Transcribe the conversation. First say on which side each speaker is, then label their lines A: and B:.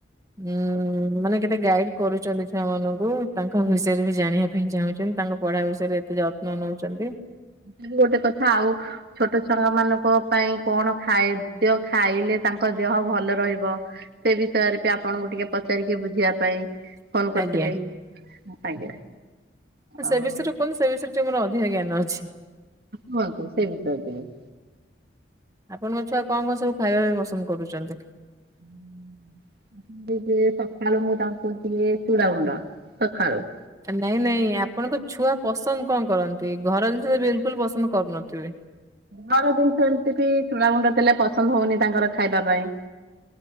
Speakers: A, on the right; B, on the right.
A: ଉଁ ମାନେ କେତେ ଏତେ ଗାଇଡ କରୁଚନ୍ତି ଛୁଆମାନଙ୍କୁ ତାଙ୍କ ବିଷୟରେ ବି ଜାଣିବା ପାଇଁ ଚାହୁଁଚନ୍ତି ତାଙ୍କ ପଢା ବିଷୟରେ ଏତେ ଯ ନ ନୋଉଚନ୍ତି।
B: ସେ ବି ଗୋଟେ କଥା ଆଉ ଛୋଟ ଛୁଆ ମାନଙ୍କ ପାଇଁ କଣ ଖାଦ୍ୟ ଖାଇଲେ ତାଙ୍କ ଦେହ ଭଲ ରହିବ। ସେ ବିଷୟରେ ବି ଆପଣଙ୍କୁ ଟିକେ ପଚାରିକି ବୁଝିବା ପାଇଁ। ଫୋନ କରିଥିଲି
A: ଆଜ୍ଞା
B: ଆଜ୍ଞା
A: ସେ
B: ଆଉ
A: ବିଷୟରେ କୁହନ୍ତୁ ସେଇ ବିଷୟରେ? ମୋର ଅଧିକା ଜ୍ଞାନ ଅଛି।
B: କୁହନ୍ତୁ ସେଇ ବିଷୟରେ ଟିକେ?
A: ଆପଣଙ୍କ ଛୁଆ କଣ କଣ ସବୁ ଖାଇବା ପାଇଁ ପସନ୍ଦ କରୁଚ ନ୍ତି?
B: ହୁଁ। ଦିଏ ସକାଳୁ ମୁଁ ତାଙ୍କୁ ଦିଏ ଚୁଡାଗୁଣ୍ଡ ସଖାଳୁ।
A: ନାଇଁ ନାଇଁ ଆପଣଙ୍କ ଛୁଆ ପସନ୍ଦ କଣ କରନ୍ତି ଘର ଜିନିଷ ବିଲକୁଲ ପସନ୍ଦ କରୁନଥିବେ?
B: ଘର ଜିନିଷ ଏମିତି ବି ଚୂଡା ଗୁଣ୍ଡ ଦେଲେ ପସନ୍ଦ ହଉନି ତାଙ୍କର ଖାଇବା ପାଇଁ।